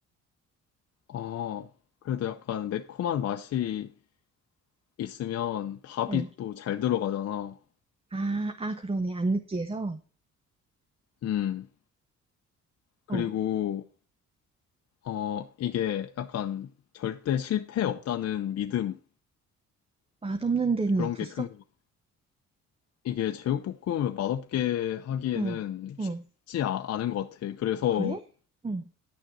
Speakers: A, on the left; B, on the right.
A: 아, 그래도 약간 매콤한 맛이 있으면 밥이
B: 어.
A: 또 잘 들어가잖아.
B: 아, 아 그러네. 안 느끼해서.
A: 음, 그리고,
B: 어.
A: 어, 이게 약간 절대 실패 없다는 믿음,
B: 맛없는 데는
A: 그런
B: 없었어?
A: 게 큰 거. 같아. 이게 제육볶음을 맛없게 하기에는
B: 응. 응.
A: 쉽지 아- 않은 것 같아. 그래서,
B: 그래? 응.